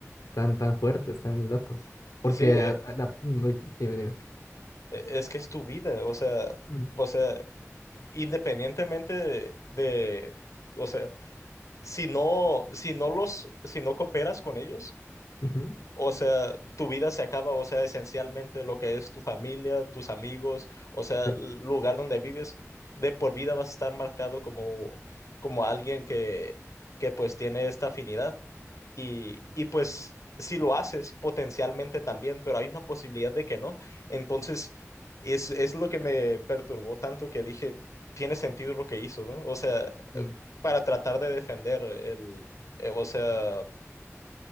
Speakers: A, on the left; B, on the left.
A: tan, tan fuertes, tan locos. Porque
B: Sí,
A: a- a la... mm, Uy, dime, dime.
B: e- Es que es tu vida, o sea,
A: Mm,
B: o sea, independientemente de, de- o sea, si no, si no los, si no cooperas con ellos,
A: ujú,
B: o sea, tu vida se acaba, o sea, esencialmente lo que es tu familia, tus amigos, o sea,
A: sí.
B: el lugar donde vives, de por vida vas a estar marcado como, como alguien que, que pues tiene esta afinidad y, y pues si lo haces potencialmente también, pero hay una posibilidad de que no. Entonces, es, es lo que me perturbó tanto que dije, tiene sentido lo que hizo, ¿no? O sea, eh,
A: Mm,
B: para tratar de defender el, eh, o sea,